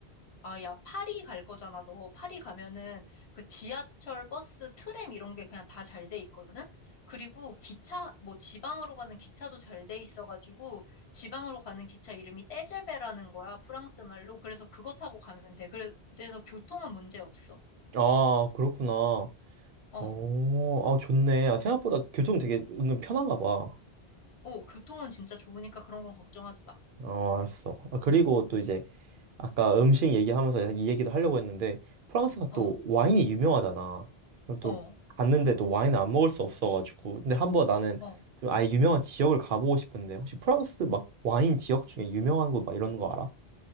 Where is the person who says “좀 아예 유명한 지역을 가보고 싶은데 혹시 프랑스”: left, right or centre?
Right